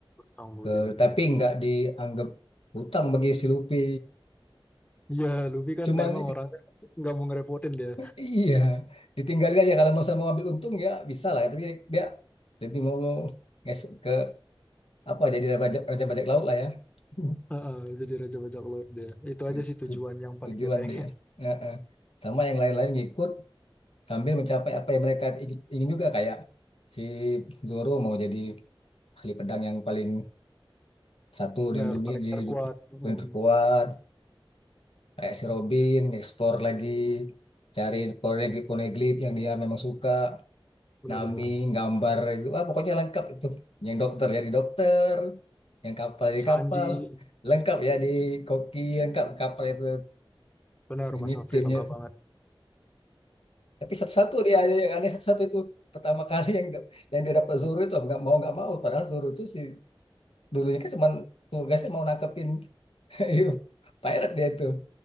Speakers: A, on the left; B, on the left.
A: Orang Budi
B: ke
A: benar.
B: tapi nggak dianggap hutang bagi si Luffy
A: Iya, Luffy kan
B: cuman
A: emang orangnya nggak mau ngerepotin dia.
B: <laughs> iya ditinggalin aja kalau mau sama ambil untung ya bisa lah tapi dia lebih mau nges- ke apa jadi raja raja bajak laut lah ya <laughs>
A: Heeh, jadi Raja Bajak Laut dia. Itu
B: tu-
A: aja sih tujuan
B: tu-
A: yang paling
B: tujuan
A: dia pengen.
B: dia. Ya, eh. Sama yang lain-lain ngikut sambil mencapai apa yang mereka i- ingin juga kayak si Zoro mau jadi ahli pedang yang paling satu
A: Benar,
B: di dunia
A: paling
B: di
A: terkuat. mm
B: paling terkuat kayak si Robin eksplor lagi cari poneglyph poneglyph yang dia memang suka
A: Benar-benar.
B: Nami gambar itu ah, pokoknya lengkap itu yang dokter jadi dokter yang kapal jadi
A: Sanji,
B: kapal lengkap ya di koki lengkap kapal itu
A: benar
B: ini
A: Mas Afri
B: timnya
A: lengkap banget.
B: Tapi satu-satu dia yang aneh satu-satu itu pertama kali yang yang dia dapat Zoro itu nggak mau nggak mau padahal Zoro itu si dulunya kan cuma tugasnya mau nangkepin <laughs> pirate dia itu